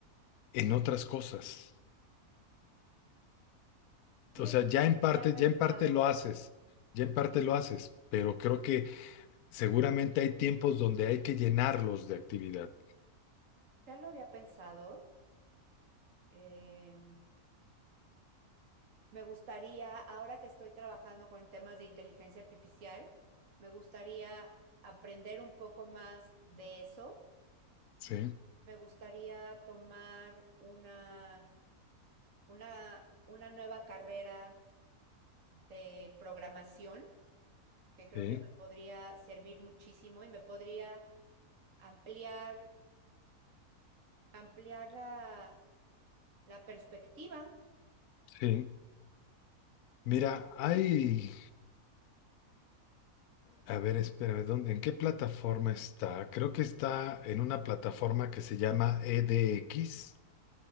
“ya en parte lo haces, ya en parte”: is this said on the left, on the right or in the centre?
Left